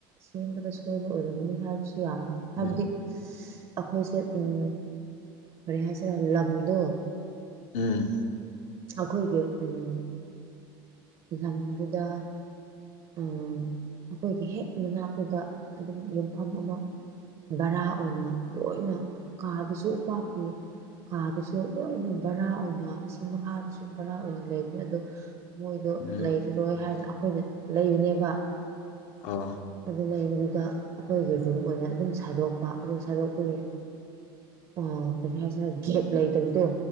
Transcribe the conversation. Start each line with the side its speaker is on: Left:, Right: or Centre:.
Right: ꯁꯦꯝꯕꯗ ꯁꯣꯏꯕ ꯑꯣꯏꯔꯝꯅꯤ ꯍꯥꯏꯕꯁꯨ ꯁꯨ ꯌꯥꯢ
Left: ꯎꯝ
Right: ꯍꯥꯏꯕꯗꯤ ꯑꯩꯈꯣꯏꯁꯦ ꯎꯝ ꯀꯔꯤ ꯍꯥꯏꯁꯤꯔ ꯂꯝꯗꯣ
Left: ꯎꯝ
Right: ꯑꯩꯈꯣꯏꯒꯤ ꯎꯝ ꯂꯝꯗꯨꯗ ꯑꯥ ꯑꯩꯈꯣꯏꯒꯤ ꯍꯦꯛ ꯃꯅꯥꯛꯇꯨꯗ ꯑꯗꯨꯝ ꯂꯩꯐꯝ ꯑꯃ ꯕꯔꯥ ꯑꯣꯏꯅ ꯂꯣꯏꯅ ꯀꯥꯗꯨꯁꯨ ꯎꯄꯥꯛꯀꯤ ꯀꯥꯗꯨꯁꯨ ꯂꯣꯏꯅ ꯕꯔꯥ ꯑꯣꯏꯅ ꯑꯁꯤ ꯃꯈꯥꯗꯁꯨ ꯕꯔꯥ ꯑꯣꯏꯅ ꯂꯩꯕꯅꯦ ꯑꯗꯨ ꯃꯣꯏꯗꯣ
Left: ꯎꯝ
Right: ꯂꯩꯔꯔꯣꯏ ꯍꯥꯏꯅ ꯑꯩꯈꯣꯏꯅ ꯂꯩꯕꯦꯕ
Left: ꯑꯣ
Right: ꯑꯗꯨ ꯂꯩꯕꯗꯨ ꯗ ꯑꯩꯈꯣꯏꯒꯤ ꯖꯨ ꯑꯣꯏꯅ ꯑꯗꯨꯝ ꯁꯥꯗꯣꯛꯄ ꯑꯗꯨ ꯁꯥꯗꯣꯛꯄꯒꯤ ꯑ ꯀꯔꯤ ꯍꯥꯏꯁꯤꯔ ꯒꯦꯞ ꯂꯩꯇꯕꯗꯣ